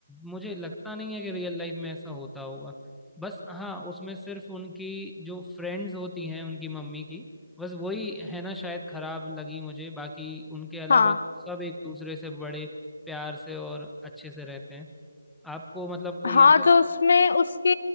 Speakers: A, in the centre; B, on the left.
A: मुझे लगता नहीं है कि रियल लाइफ में ऐसा होता होगा बस हाँ उसमें सिर्फ उनकी जो फ्रेंड्स होती हैं उनकी मम्मी की बस वही है ना शायद खराब लगी मुझे बाकी उनके अलावा
B: हाँ
A: तो सब एक दूसरे से बड़े प्यार से और अच्छे से रहते हैं आपको मतलब कोई
B: हाँ
A: ऐसा
B: जो उसमें उसकी